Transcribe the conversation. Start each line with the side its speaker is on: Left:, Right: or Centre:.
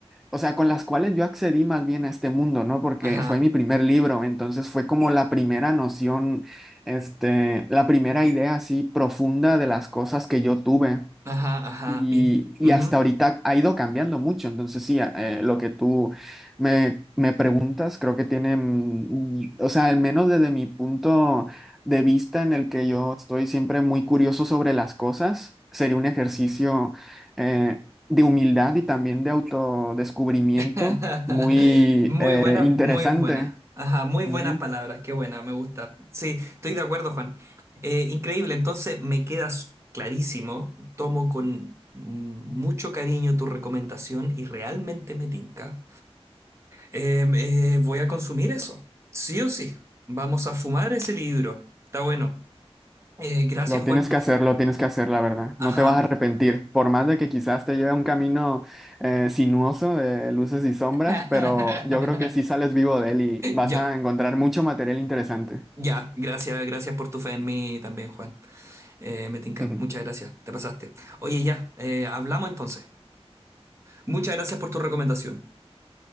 Centre: o sea, con las cuales yo accedí más bien a este mundo, ¿no? Porque
Right: ajá,
Centre: fue mi primer libro, entonces fue como la primera noción, este, la primera idea así profunda de las cosas que yo tuve.
Right: ajá, ajá,
Centre: Y,
Right: y, ujú.
Centre: y hasta ahorita ha ido cambiando mucho. Entonces, sí, a- eh, lo que tú me, me preguntas, creo que tiene, mm, o sea, al menos desde mi punto de vista en el que yo estoy siempre muy curioso sobre las cosas, sería un ejercicio eh, de humildad y también de autodescubrimiento
Right: <laughs>
Centre: muy
Right: Muy
Centre: eh,
Right: buenas,
Centre: interesante.
Right: muy buenas. Ajá, muy
Centre: Ujú.
Right: buenas palabras, qué buena, me gusta. Sí, estoy de acuerdo, Juan. Eh, increíble, entonces me quedas clarísimo. Tomo con mucho cariño tu recomendación y realmente me tinca. Eh, eh, voy a consumir eso, sí o sí. Vamos a fumar ese libro. Está bueno. Eh, gracias,
Centre: Lo
Right: Juan.
Centre: tienes que hacer, lo tienes que hacer, la verdad.
Right: Ajá.
Centre: No te vas a arrepentir, por más de que quizás te lleve a un camino eh, sinuoso de luces y sombras,
Right: <laughs>
Centre: pero yo creo que sí sales vivo de él y vas
Right: Ya,
Centre: a encontrar mucho material interesante.
Right: ya, gracias, gracias por tu fe en mí también, Juan. Eh, me tinca.
Centre: <laughs>
Right: Muchas gracias. Te pasaste. Oye, ya. eh, hablamos entonces. Muchas gracias por tu recomendación.